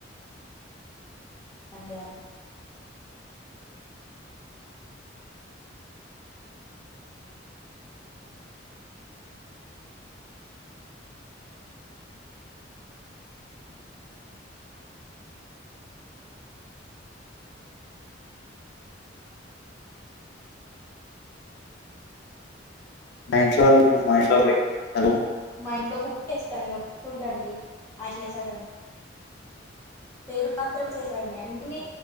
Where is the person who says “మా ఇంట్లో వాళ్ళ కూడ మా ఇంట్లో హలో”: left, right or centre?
Left